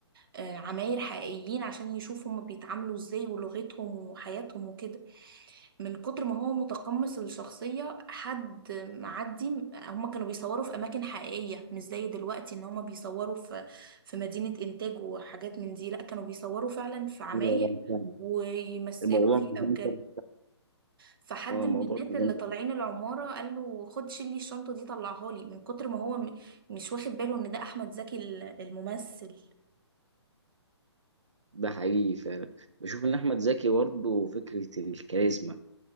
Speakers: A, on the right (about 50°); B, on the right (about 85°).
A: آه، عماير حقيقيين عشان يشوف هما بيتعاملوا ازاي ولغتهم وحياتهم وكده من كتر ما هو متقمص الشخصية حد معدي هما كانوا بيصوروا في أماكن حقيقية مش زي دلوقتي إن هما بيصوروا في في مدينة إنتاج وحاجات من دي لأ كانوا بيصوروا فعلا في عماير
B: أيوة، أنا فاهم.
A: ويمثلوا
B: الموضوع
A: فيها
B: مش ممكن-
A: بجد فحد
B: هو الموضوع
A: من الناس
B: كده.
A: اللي طالعين العمارة قال له خد شيل لي الشنطة دي طلعها لي من كتر ما هو م- مش واخد باله إن ده أحمد زكي ال- الممثل
B: ده حقيقي فعلا بشوف إن أحمد زكي برضه فكرة الكاريزما